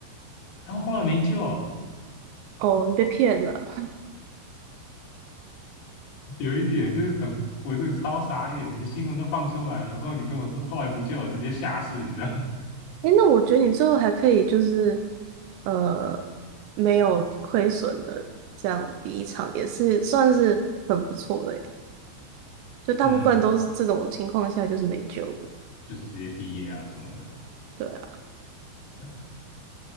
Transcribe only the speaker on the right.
哦，你被骗了。
诶，那我觉得你最后还可以就是，呃，没有亏损的这样离场，也是算是很不错的欸就大部分都是这种情况下就是没救了。
对啊，